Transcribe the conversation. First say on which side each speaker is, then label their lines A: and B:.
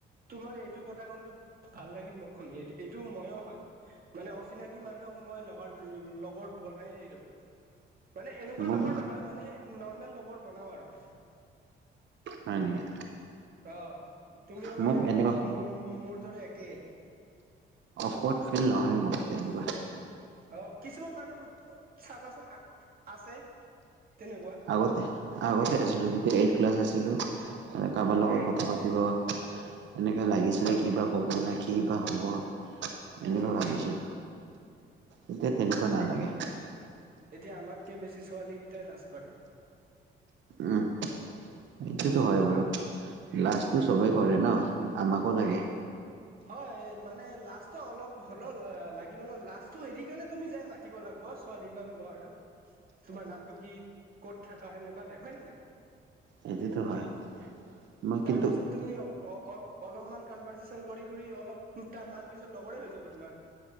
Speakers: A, on the right; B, on the right.
A: তোমাৰ এইটো কথা কোন ভাল লাগিল মোক শুনি, এই-এইটো মইয়ো হয়। মানে অচিনাকি মানুহক মই লগৰ ল-লগৰ বনাইয়ে এৰো। মানে এনেকুৱা
B: মোক
A: লগৰ নহয়, মানে নৰ্মেল লগৰ বনাও আৰু।
B: হয় নেকি?
A: অ', তুমিও মানে
B: মোক এনেকুৱা
A: মো-মো-মোৰ দৰে একেই।
B: অফৱৰ্ড ফিল নহয় মোৰ তেনেকুৱা।
A: অ', কিছুমান মানুহ চাবাচোন আ-আছে, তেনেকুৱা।
B: আগতে, আগতে আছিলো যেতিয়া এইট ক্লাছ আছিলো কাবাৰ লগত
A: অ
B: কথা কথা পাতিব, এনেকে লাগিছিলে কিবা, ক'ব নে কি? কিবা হ'ব? এনেকুৱা
A: উম
B: ভাবিছিলো, এতিয়া তেনেকুৱা নালাগে।
A: এ এতিয়া আমাতকে বেছি ছোৱালীকেইটাই লাজ কৰে।
B: উম, এইটোতো হয় বাৰু, লাজটো সবেই
A: উম,
B: কৰে ন'। উম, আমাকো লাগে।
A: হয়, মানে লাচটো অলপ হল লাগিব ন', লাচটো এৰি কেনে তুমি যাই মাতি পাতিব লাগিব, ছোৱালী বা ল'ৰাটোক তোমাৰ নামটো কি? ক'ত থাকা? এনেকুৱা টাইপ হয় নাই?
B: এইটোতো হয়। মই কিন্তু
A: তাৰপিছত তুমি অ-অ-অলপমান কনভাৰ্চেচন কৰি, কৰি অলপান পিছত লগৰে হৈ যাব তোমাৰ।